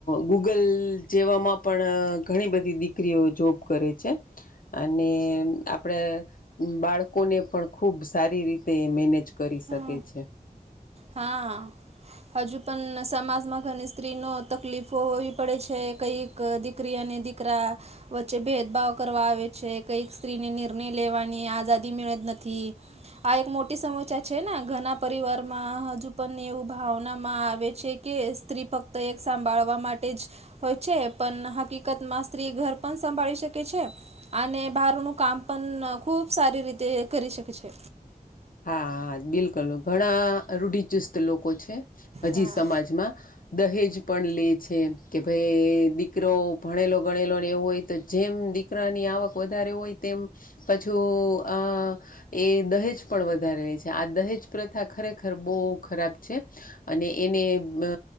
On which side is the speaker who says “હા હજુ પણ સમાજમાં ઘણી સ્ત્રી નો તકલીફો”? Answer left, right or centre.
Right